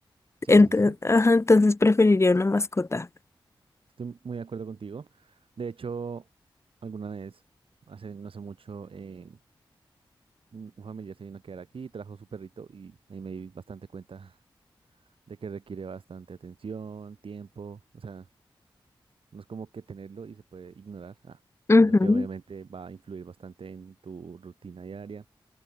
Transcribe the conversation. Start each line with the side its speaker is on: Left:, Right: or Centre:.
Right: Sí,
Left: Entonces,
Right: sí, sí.
Left: ajá, entonces preferiría una mascota.
Right: Estoy muy de acuerdo contigo. De hecho, alguna vez, hace no hace mucho, eh, un un familiar se vino a quedar aquí, trajo su perrito y ahí me di bastante cuenta <laughs> de que requiere bastante atención, tiempo, o sea, no es como que tenerlo y se puede ignorar, ah,
Left: Ujú,
Right: sino que obviamente va a influir bastante en tu rutina diaria,